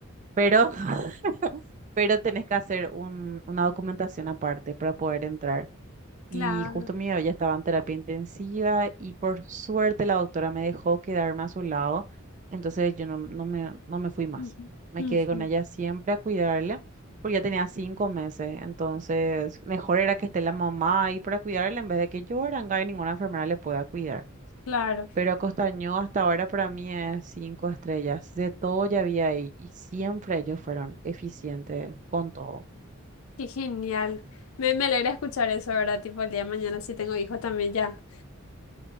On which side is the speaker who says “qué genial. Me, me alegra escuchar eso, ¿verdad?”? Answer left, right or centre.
Left